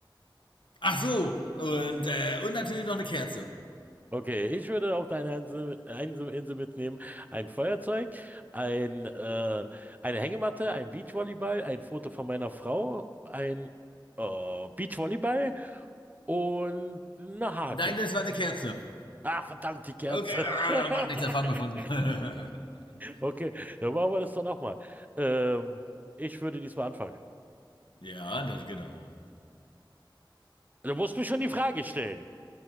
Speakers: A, on the left; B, on the right.
A: Ach so, und, äh, und natürlich noch eine Kerze.
B: Okay, ich würde auf eine Insel, einsame Insel mitnehmen ein Feuerzeug, ein, äh, eine Hängematte, ein Beachvolleyball, ein Foto von meiner Frau, ein äh, Beachvolleyball und eine Hake.
A: Nein, das war eine Kerze.
B: Ah, verdammt, die Kerze.
A: Okay, dann macht
B: <laughs>
A: nichts, dann fangen wir von. <laughs>
B: Okay, dann machen wir das doch nochmal. Ähm, ich würde diesmal anfangen.
A: ja, das genau.
B: Du musst mir schon die Frage stellen.